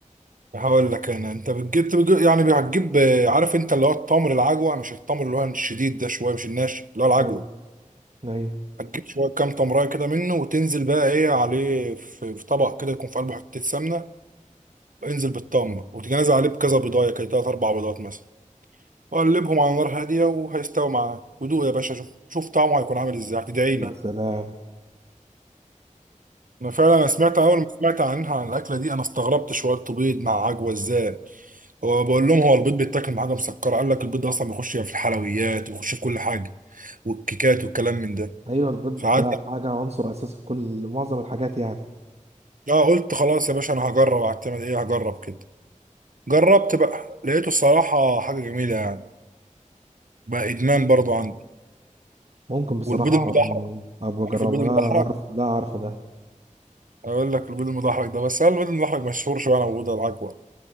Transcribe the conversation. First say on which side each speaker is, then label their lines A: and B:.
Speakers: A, on the right; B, on the right.
A: هقول لك انا انت بتجيب بتجيب- يعني هتجيب آه، عارف انت اللي هو التمر العجوة مش التمر اللي هو الشديد ده شوية مش الناشف اللي هو العجوة
B: ايوه ايوه
A: هتجيب شوية كام تمراية كده منه وتنزل بقى ايه عليه في في طبق كده يكون في قلبه حتة سمنة انزل بالتمر وتجي نازل عليه بكذا بيضاية كده تلات أربع بيضات مثلا وقلبهم على نار هادية وهيستوي معاك ودوق يا باشا شوف شوف طعمه هيكون عامل ازاي هتدعي
B: يا
A: لي
B: سلام
A: انا فعلا انا سمعت اول ما سمعت عنها عن الاكله دي انا استغربت شويه بيض مع عجوه ازاي هو بقول لهم هو البيض بيتاكل مع حاجه مسكره قال لك البيض ده اصلا بيخش يعني في الحلويات وبيخش في كل حاجه والكيكات والكلام من ده
B: ايوه البيض
A: فقعدت
B: ده حاجه عنصر اساسي في كل معظم الحاجات يعني
A: اه قلت خلاص يا باشا انا هجرب هعتمد ايه هجرب كده جربت بقى لقيته الصراحه حاجه جميله يعني بقى ادمان برضو عندي
B: ممكن بصراحه
A: والبيض المدحرج
B: ابقى اجربه
A: عارف البيض المدحرج
B: لا انا عارف لا عارفه ده
A: اقول لك البيض المدحرج ده بس هل البيض المدحرج مشهور شويه على موجود على العجوه